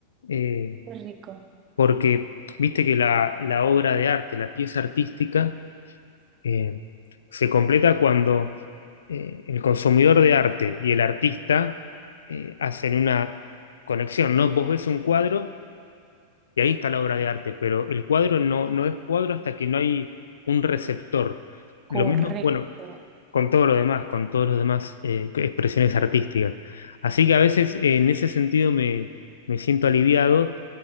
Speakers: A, on the left; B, on the right.
A: Eh,
B: qué rico.
A: porque viste que la la obra de arte, la pieza artística, eh, se completa cuando eh, el consumidor de arte y el artista eh, hacen una conexión, ¿no? Vos ves un cuadro y ahí está la obra de arte, pero el cuadro no, no es cuadro hasta que no hay un receptor.
B: Correcto.
A: Lo mismo, bueno, con todo lo demás, con todas las demás eh, expresiones artísticas. Así que a veces eh, en ese sentido me, me siento aliviado